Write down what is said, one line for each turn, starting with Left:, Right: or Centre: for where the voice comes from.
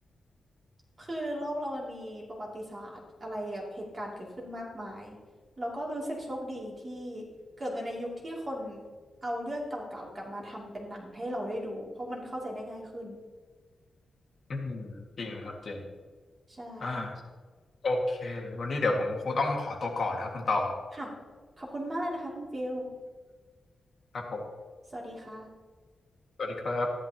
Right: คือโลกเรามันมีประวัติศาสตร์อะไรแบบเหตุการณ์เกิดขึ้นมากมายแล้วก็รู้สึกโชคดีที่เกิดมาในยุคที่คนเอาเรื่องเก่าๆกลับมาทำเป็นหนังให้เราได้ดูเพราะมันเข้าใจได้ง่ายขึ้น
Left: อืมจริงครับจริง
Right: ใช่
Left: อ่าโอเควันนี้เดี๋ยวผมคงต้องขอตัวก่อนนะครับคุณตอง
Right: ค่ะขอบคุณมากเลยนะคะคุณฟิล
Left: ครับผม
Right: สวัสดีค่ะ
Left: สวัสดีครับ